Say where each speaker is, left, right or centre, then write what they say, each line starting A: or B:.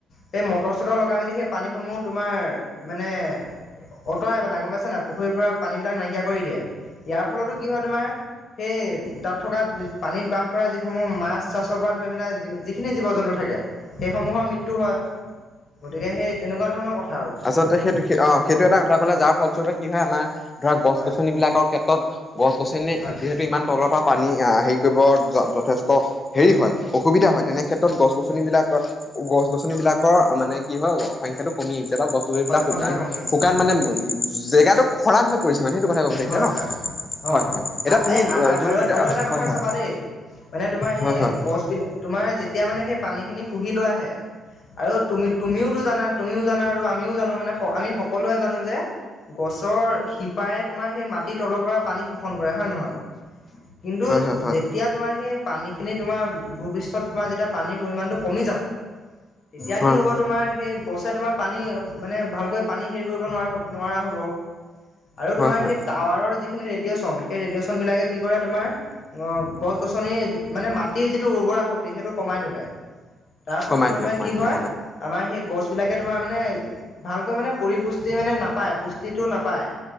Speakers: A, on the left; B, on the left.
A: সেই মটৰ চটৰ লগাই মেলি সেই পানীসমূহ তোমাৰ, মানে অঁতৰাই পেলায়, গম পাইছা নাই, পুখুৰীৰ পৰা পানীবিলাক নাইকিয়া কৰি দিয়ে, ইয়াৰ ফলতো কি হয় তোমাৰ সেই, তাত থকা পানীত বাস কৰা সমূহ মাছ চাছৰ পৰা ধৰি পেনাই, যিখিনি জীৱ জন্তু থাকে সেইসমূহৰ মৃত্যু হয় গতিকে সেই তেনেকুৱা ধৰণৰ কথা আৰু
B: যতে সেটো অ সেইটো এটা কথা কলা যাৰ ফলস্বৰূপে কি হয় আমাৰ ধৰা গছ
A: হয়
B: গছনিবলাকৰ ক্ষেত্ৰত গছ গছনি
A: হয়
B: যিহেতু ইমান তলৰ পা পানী আ হেৰি কৰিব যথেষ্ট হেৰি হয় অসুবিধা হয় তেনে ক্ষেত্ৰত গছ গছনিবিলাক গছ গছনিবলাকৰ মানে কি হয় অ সংখাটো কমি আহিছে বা গছ বিলাক
A: হয়
B: শুকান
A: সংখ্যা কমি আহিছে
B: শুকান
A: হয়
B: মান জেগাটো খৰাং হৈ পৰিছে মানে ন সেইটো কথা কব বিছাৰিছে
A: হয়
B: ন
A: হয় অ'
B: হয় হয় এতিয়া তুমি
A: এই
B: যোনগিটা
A: আৰু আৰু এটা
B: হয়
A: কথা
B: হয়
A: চাবা দেই মানে তোমাৰ
B: হয়
A: সেই
B: হয়
A: গছ বিলা তোমাৰ যেতিয়া মানে সেই পানীখিনি শুহি লৈ আহে আৰু তুমি তুমিওতো জানা তুমিও জানা আৰু আমিও জানো মানে আমি সকলোৱে জানো যে গছৰ শিপাই তোমাৰ সেই মাটিৰ তলৰ পৰা পানী শোষণ কৰে হয় নহয় কিন্তু
B: হয় হয়
A: যেত
B: হয়
A: তিয়া তোমাৰ সেই পানীখিনি তোমাৰ ভূপৃষ্ঠত তোমাৰ যেতিয়া পানীৰ পৰিমাণটো কমি যাব তেতিয়া
B: হয়
A: কি হ'ব তোমাৰ সেই গছে তোমাৰ পানী মানে ভালকৈ পানী হেৰি কৰিব হ'ব নোৱাৰ নোৱাৰা হ'ব আৰু তোমাৰ
B: হয় হয়
A: সেই টাৱাৰৰ যিখিনি ৰেডিয়েচন সেই ৰেডিয়েচন বিলাকে কি কৰে তোমাৰ অ', গছ-গছনি মানে মাটিৰ যিটো উৰ্বৰা শক্তি সেইটো কমাই তোলে। তাৰ
B: কমাই
A: ফলস্বৰূপে
B: দিলে কমাই
A: কি
B: দিলে
A: হয়, আমাৰ সেই গছ বিলাকে তোমাৰ মানে ভালকৈ মানে পৰিপুষ্টি মানে নাপায়, পুষ্টিটো নাপায়।